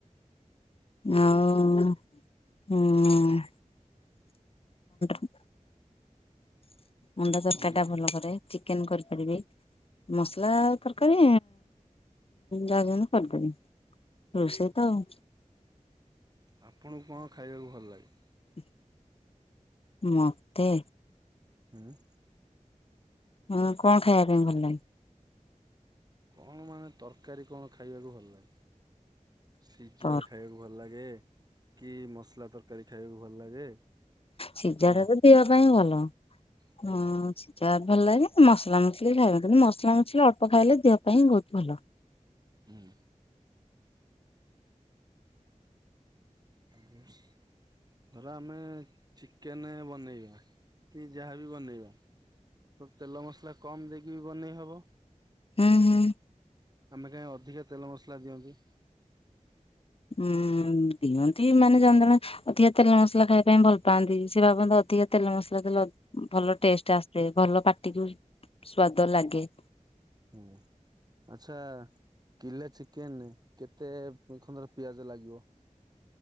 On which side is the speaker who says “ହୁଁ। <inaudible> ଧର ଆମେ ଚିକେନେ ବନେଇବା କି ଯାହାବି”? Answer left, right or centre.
Right